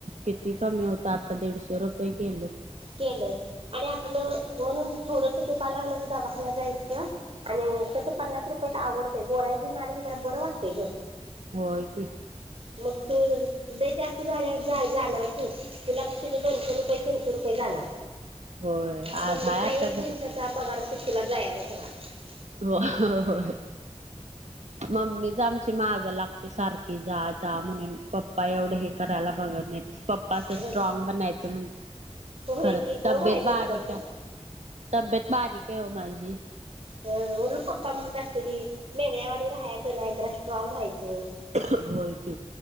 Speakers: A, on the right (about 85°); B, on the right (about 55°).
A: किती कमी आता दीडशे रुपये गेलेत.
B: केलं आणि आपलं म्हणून थोडस दुख लागलं की दवाखण्यात जायचं आणि कसं पन्नास रुपया आडतेय गोळ्या घेन आले की जरा बरं वाटतय ग.
A: होय की.
B: मग तू जास्त झा जाणार तू तुला मग तिथं दोनशे रुप बई तीनशे रुपये जाणार
A: होय
B: मग
A: आज
B: मी
A: हाय
B: सांगेन
A: आता
B: एक
A: जरा
B: दिवसाचा पगार त तुला जायच स <unintelligible>
A: होय. मम्मीच आमची माग लागते सारखी जा जा म्हणून पप्पा एवढ हे करायला बघत नाहीत. पप्पा असं
B: सगळा
A: स्ट्रॉग बनायचं म्हण
B: होय
A: खरं
B: की बरोबर
A: तब्येत
B: आहे त्यांचं
A: बारवी
B: पण
A: हाय तब्येत बारीक हो माझी.
B: अ म्हणून पप्पा म्हणत असलेली मेंगळ्यावाारी राहायच नाय जरा स्ट्रॉग व्हायचं
A: होय की